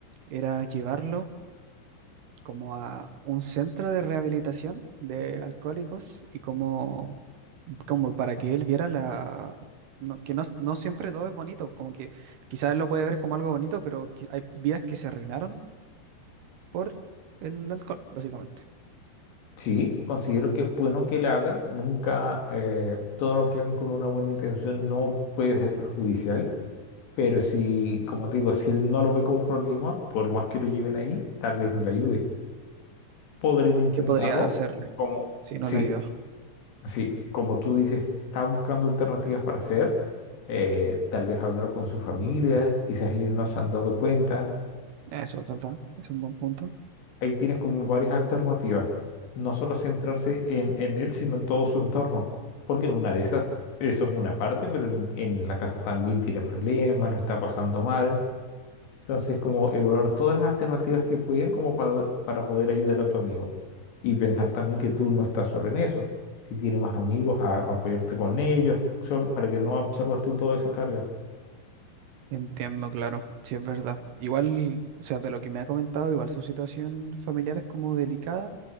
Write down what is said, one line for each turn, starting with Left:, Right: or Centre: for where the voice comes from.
Right: era llevarlo como a un centro de rehabilitación de alcohólicos y como, como para que él viera la... no- que no, no siempre todo es bonito, como que quizás él lo puede ver como algo bonito, pero qui- hay vidas que se arruinaron por el alcohol, básicamente.
Left: Sí, considero que es bueno que la hagan, nunca eh, todo lo que hagan con una buena intención no puede ser perjudicial Pero si, como te digo, si él no lo ve como problema, por más que lo lleven ahí, tal vez no le ayude. Podrían intentarlo,
Right: ¿Qué podría hacerle
Left: como,
Right: si no
Left: sí,
Right: le ayuda?
Left: sí, como tú dices, está buscando alternativas para hacer, eh, tal vez hablar con su familia, quizás ellos no se han dado cuenta.
Right: Eso, es ¿verdad? Es un buen punto.
Left: Ahí tienes como varias alternativas, no solo centrarse en, en él, sino en todo su entorno, porque en una de esas, eso es una parte, pero en en la casa también tiene problemas, lo está pasando mal. Entonces, como evaluar todas las alternativas que pueden como para, para poder ayudar a tu amigo. Y pensar también que tú no estás solo en eso. Si tienes más amigos, a, apoyarte con ellos, solo, para que no absorbas tú toda esa carga.
Right: Entiendo, claro, sí es verdad. Igual, o sea, de lo que me ha comentado, igual su situación familiar es como delicada,